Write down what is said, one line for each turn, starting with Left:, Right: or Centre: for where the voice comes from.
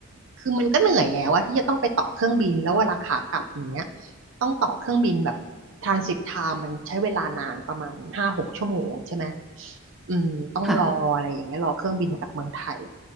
Right: คือมันก็เหนื่อยแล้วว่าที่จะต้องไปต่อเครื่องบินแล้วเวลาขากลับอย่างเนี้ยต้องต่อเครื่องบินแบบทรานสิตไทม์มันใช้เวลานานประมาณห้าหกชั่วโมงใช่ไหมอืมต้องรออะไรอย่างเงี้ยรอเครื่องบินกลับเมืองไทย
Centre: ค่ะ